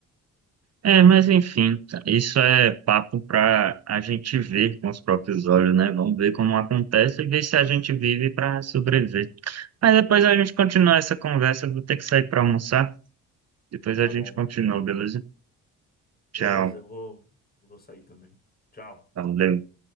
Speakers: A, on the right; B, on the left.
A: É, mas enfim, isso é papo para a gente ver com os próprios olhos, né? Vamos ver como acontece e ver se a gente vive para sobreviver. Mas depois
B: Pois
A: a
B: é.
A: gente continua essa conversa, eu vou ter que sair para almoçar. Depois
B: Tá
A: a gente
B: bom, mano.
A: continua, beleza? Tchau,
B: Beleza, eu vou, vou sair também. Tchau.
A: valeu.